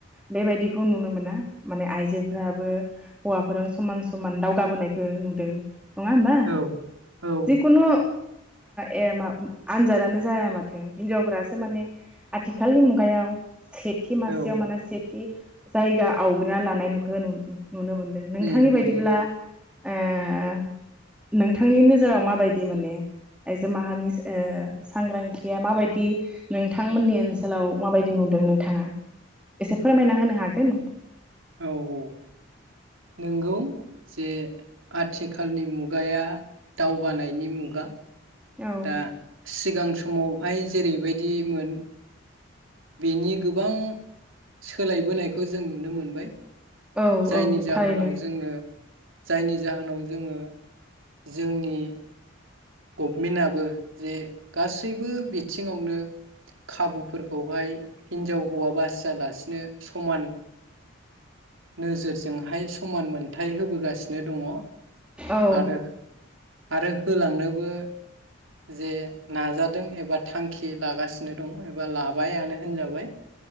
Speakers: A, in the centre; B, on the right (about 70°).
A: बेबायदिखौ नुनो मोना माने आइजो फोराबो हौवाफोरजों समान समान दावगाबोनायखौ नुदों। नङा होमबा
B: औ औ
A: जिखुनु ए म आनजादानो जाया माथों हिनजावफोरासो माने आथिखालनि मुगायाव सेथि मासेयाव
B: औ
A: माने सेथि जायगा आवग्रिना लानाय नु खौ नु नुनो मोनदों नोंथांनि
B: उम उम
A: बायदिब्ला ए नोंथांनि नोजोराव माबायदि माने आइजो माहारिनि सांग्रांथिया माबायदि नोंथांमोननि ओनसोलाव माबायदि नुदों नोंथाङा एसे फोरमायना होनो हागोन?
B: औ औ नंगौ जे आथिखालनि मुगाया दावगानायनि मुगा
A: औ
B: दा सिगां सम समावहाय जेरैबायदिमोन बेनि गोबां सोलायबोनायखौ जों नुनो मोनबाय।
A: औ
B: जायनि
A: औ
B: जाहोनाव
A: थारैनो
B: जोङो जायनि जाहोनाव जोङो जोंनि गभमेन्टआबो जे गासैबो बिथिङावनो खाबुफोरखौहाय हिनजाव हौवा बासियालासिनो समान नोजोरजोंहाय समान मोनथाय होबोगासिनो दङ।
A: औ
B: आरो आरो होलांनोबो जे नाजादों एबा थांखि लागासिनो दं एबा लाबायानो होनजाबाय